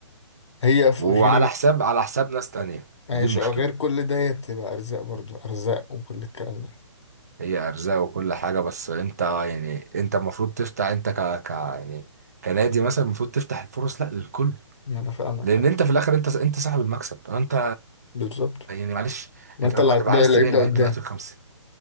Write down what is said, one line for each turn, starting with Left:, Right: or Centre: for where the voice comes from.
Left: هي ف-
Right: وعلى
Left: غير
Right: حساب على حساب ناس تانية
Left: ماشي
Right: دي المشكلة
Left: أه غير كل ده هي بتبقى أرزاق برضو أرزاق وكل الكلام ده
Right: هي ارزاق وكل حاجة بس انت يعني انت المفروض تفتح انت ك ك يعني كنادي مثلا المفروض تفتح الفرص لا للكل
Left: ما أنا فاهمك
Right: لان
Left: أنا.
Right: انت في الاخر انت انت صاحب المكسب انت
Left: بالظبط
Right: يعني معلش
Left: ما
Right: انت
Left: أنت
Right: لما
Left: اللي هتبدأ
Right: تبقى عايز
Left: اللعيب
Right: تبيع
Left: ده
Right: اللعيب
Left: قدام
Right: دلوقتي الخمسة